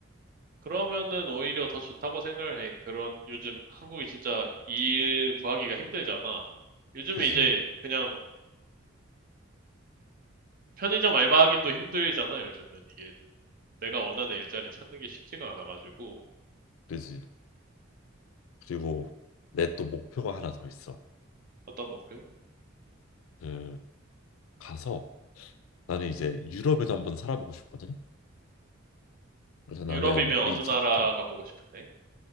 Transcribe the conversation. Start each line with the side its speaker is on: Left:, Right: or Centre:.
Right: 그러면은 오히려 더 좋다고 생각을 해. 그런, 요즘 한국이 진짜 일 구하기가 힘들잖아. 요즘은
Left: 그지,
Right: 이제 그냥 편의점 알바하기도 힘들잖아, 요즘은. 이게 내가 원하는 일자리 찾는 게 쉽지가 않아가지고.
Left: 그지. 그리고 내 또 목표가 하나 더 있어.
Right: 어떤 목표?
Left: 그 가서 나는 이제 유럽에도 한번 살아보고 싶거든. 그래서 나는
Right: 유럽이면 어느
Left: 이 디지털
Right: 나라가 보고 싶은데?